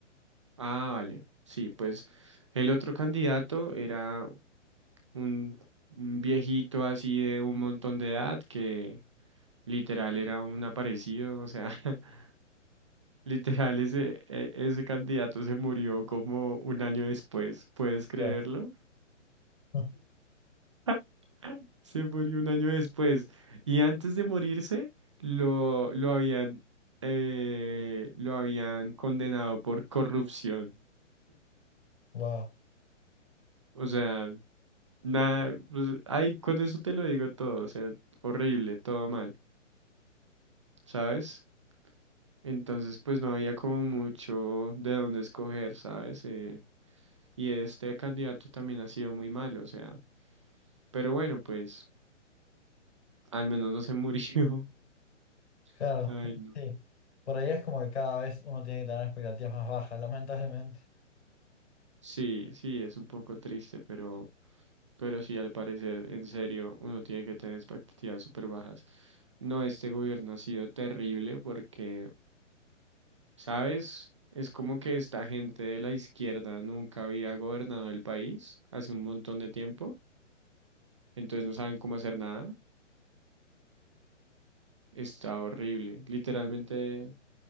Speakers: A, on the right (about 25°); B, on the left (about 60°).
A: Ah, vale, sí, pues el otro candidato era un un viejito así de un montón de edad que... Literal, era un aparecido, o sea, <laughs> Literal, ese, e- ese candidato se murió como un año después, ¿puedes creerlo?
B: Dios. <laughs>
A: <laughs> Se murió un año después. Y antes de morirse, lo, lo habían, eh, lo habían condenado por corrupción.
B: Wow.
A: O sea, nada, pues, ay, con eso te lo digo todo, o sea, horrible, todo mal, ¿sabes? Entonces, pues no había como mucho de dónde escoger, ¿sabes? Eh, y este candidato también ha sido muy malo, o sea. Pero bueno, pues al menos no se murió.
B: Claro,
A: <laughs> Ay, no.
B: sí. Por ahí es como que cada vez uno tiene que tener expectativas más bajas, lamentablemente.
A: Sí, sí, es un poco triste, pero, pero sí, al parecer, en serio, uno tiene que tener expectativas súper bajas. No, este gobierno ha sido terrible porque, ¿sabes? Es como que esta gente de la izquierda nunca había gobernado el país hace un montón de tiempo, entonces no saben cómo hacer nada. Está horrible. Literalmente